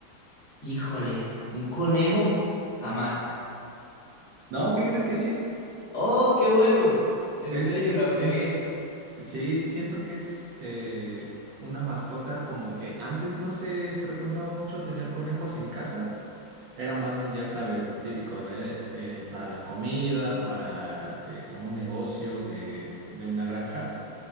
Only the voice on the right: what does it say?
No, ¿qué crees que sí?
Es,
siento,
sí, siento que es eh, una mascota como que antes no se frecuentaba mucho tener conejos en casa. Era más, ya sabes, lo típico de eh, para la comida, para eh, como un negocio de, de una granja.